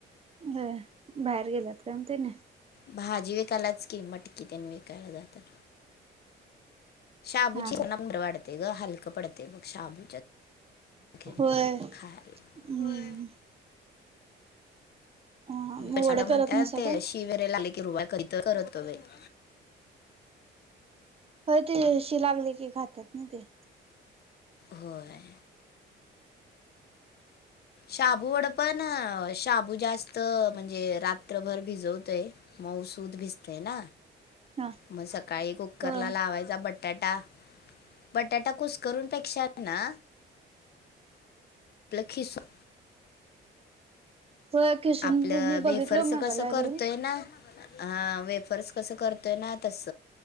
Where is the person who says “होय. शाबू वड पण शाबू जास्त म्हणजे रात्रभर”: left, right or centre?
Left